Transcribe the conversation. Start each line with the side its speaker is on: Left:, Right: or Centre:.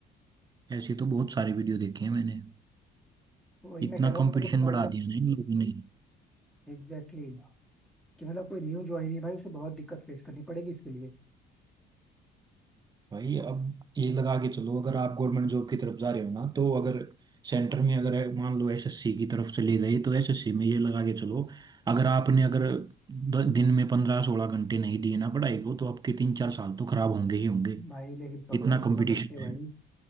Right: ऐसे तो बहुत सारे वीडियो देखे हैं मैंने
Centre: तो वही
Right: इतना
Centre: मैं कह रहा
Right: कंपटीशन
Centre: हूँ कि मतलब बताओ
Right: बढ़ा
Centre: ये लोग
Right: दिया ना इन लोगों ने
Centre: एग्जैक्टली exactly, कि मतलब कोई न्यू ज्वाइन है भाई उसे बहुत दिक्कत फेस करनी पड़ेगी इसके लिए
Right: भाई अब ये लगा के चलो अगर आप गवर्नमेंट जॉब की तरफ जा रहे हो ना तो अगर सेंटर में अगर मान लो एसएससी की तरफ से ले गए तो एसएससी में ये लगा के चलो अगर आपने अगर द- दिन में पंद्रह सोलह घंटे नहीं दिए ना पढ़ाई को तो आपके तीन चार साल तो खराब होंगे ही होंगे
Centre: भाई लेकिन पंद्रह
Right: इतना
Centre: सोलह
Right: कंपटीशन
Centre: घंटे भाई
Right: है